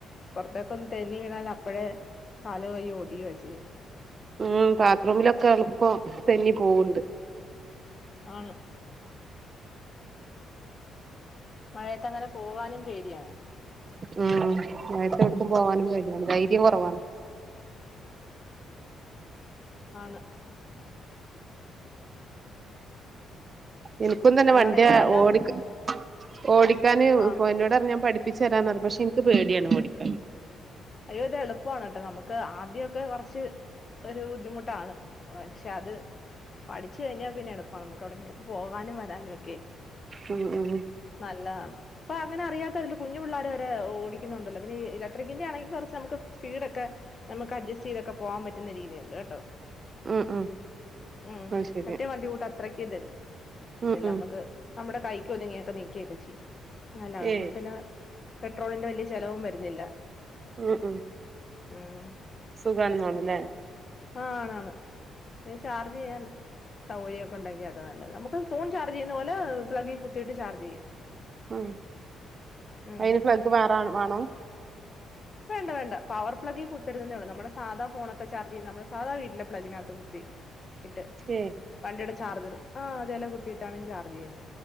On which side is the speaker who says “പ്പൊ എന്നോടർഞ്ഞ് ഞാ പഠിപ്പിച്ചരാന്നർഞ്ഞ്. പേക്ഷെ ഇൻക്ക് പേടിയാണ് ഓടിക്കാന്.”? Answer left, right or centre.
Right